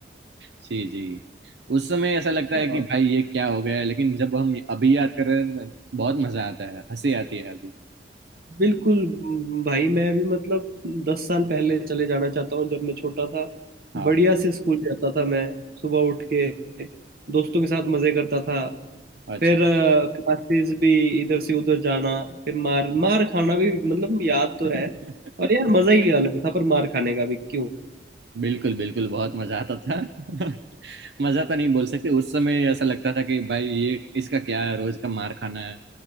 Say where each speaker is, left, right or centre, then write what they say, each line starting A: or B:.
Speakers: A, on the right (about 75°); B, on the right (about 55°).
A: जी जी उस समय ऐसा लगता
B: हाँ
A: है कि भाई ये क्या हो गया लेकिन जब हम अभी याद कर रहे हैं तो बहुत मजा आता है हंसी आती है अभी
B: बिल्कुल म, भाई मैं भी मतलब दस साल पहले चले जाना चाहता हूँ जब मैं छोटा था
A: हाँ
B: बढ़िया से स्कूल जाता था मैं सुबह उठ के दोस्तों के साथ मजे करता था
A: अच्छा
B: फिर क्लासेस भी इधर से उधर जाना फिर मार मार खाना भी मतलब याद तो
A: <laughs>
B: है और यार मजा ही अलग था पर मार खाने का भी क्यों
A: बिल्कुल बिल्कुल बहुत मजा आता था <laughs> मजा तो नहीं बोल सकते उस समय ऐसा लगता था कि भाई ये इसका क्या है रोज का मार खाना है